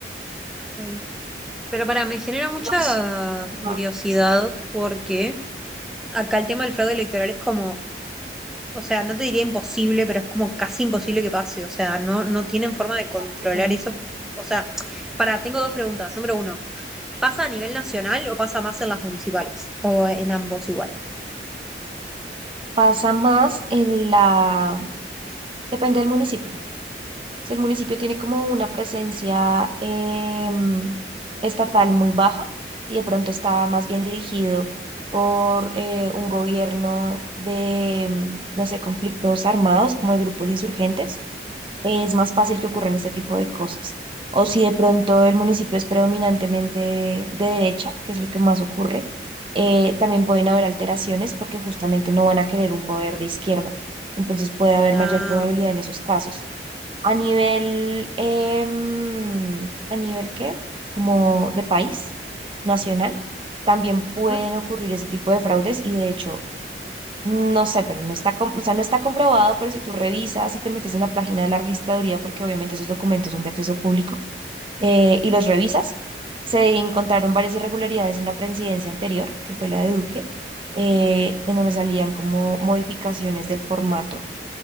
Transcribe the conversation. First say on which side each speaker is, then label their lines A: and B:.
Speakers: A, in the centre; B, on the right.
A: Ok. Pero para, me genera mucha
B: Nos, ajá,
A: curiosidad porque acá el tema del fraude electoral es como, o sea, no te diría imposible, pero es como casi imposible que pase. O sea, no, no tienen forma de controlar
B: eh,
A: eso. O sea, para, tengo dos preguntas. Número uno, ¿pasa a nivel nacional o pasa más en las municipales? O en ambos igual.
B: pasa más en la, depende del municipio. Si el municipio tiene como una presencia em, estatal muy baja y de pronto está más bien dirigido por eh, un gobierno de, em, no sé, conflictos armados, como de grupos insurgentes, es más fácil que ocurran este tipo de cosas. O si de pronto el municipio es predominantemente de derecha, que es lo que más ocurre, eh, también pueden haber alteraciones porque justamente no van a querer un poder de izquierda. Entonces puede haber
A: Ah,
B: mayor probabilidad en esos casos. A nivel, em, ¿a nivel qué? Como de país nacional, también pueden
A: ujú.
B: ocurrir ese tipo de fraudes y de hecho, no sé, pero no está, com- o sea, no está comprobado, pero si tú revisas y te metes en la página de la registraduría, porque obviamente esos documentos son de acceso público, eh, y los revisas, se encontraron varias irregularidades en la presidencia anterior, que fue la de Duque, eh, en donde salían como modificaciones del formato